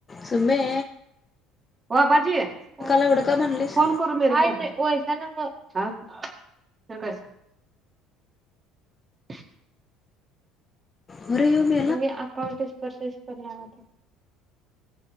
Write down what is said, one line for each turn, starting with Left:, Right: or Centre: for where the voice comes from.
Left: सुम्मे....
Right: वो आब्बाजीे काय
Left: एवढं का म्हणलीस
Right: फोन कर. हाय अम्मी वेसा न्वह, फिर कैसा? <unintelligible>
Left: वेू म <unintelligible>
Right: <unintelligible> अकाउंटच परचेस करणार